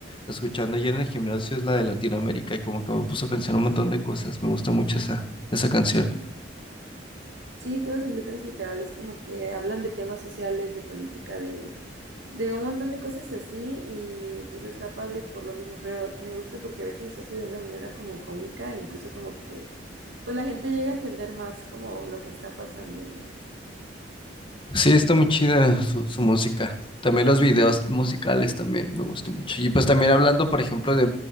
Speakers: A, on the left; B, on the right.
A: escuchando ayer en el gimnasio, es la de Latinoamérica y como que me puso a pensar un montón de cosas. Me gusta mucho esa, esa canción.
B: Sí, todas sus letras literales como que hablan de temas sociales, de política, de, de un montón de cosas así y pues está padre por lo mismo, pero me gusta porque a veces lo hace de una manera como cómica e incluso como que pues la gente llega a entender más como lo que está pasando, ¿no?
A: Sí, está muy chida su, su música. También los videos musicales también me gustan mucho. Y pues también hablando, por ejemplo, de,